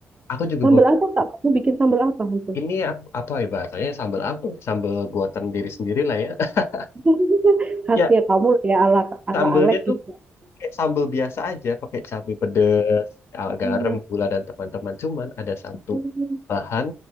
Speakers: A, on the left; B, on the right.
A: aku juga
B: sambal
A: baru,
B: apa kak? Kamu bikin sambal apa itu?
A: ini aku- apa ya bahasanya, sambal aku. Sambal buatan diri sendiri lah ya. <laughs>
B: <laughs> Khasnya
A: Ya,
B: kamu lah ya ala ala
A: sambalnya
B: Alek
A: tuh
B: gitu.
A: pakai sambal biasa aja, pakai cabai pedes, ah,
B: Ah,
A: garam, gula dan teman-teman. Cuman ada satu
B: Heeh,
A: bahan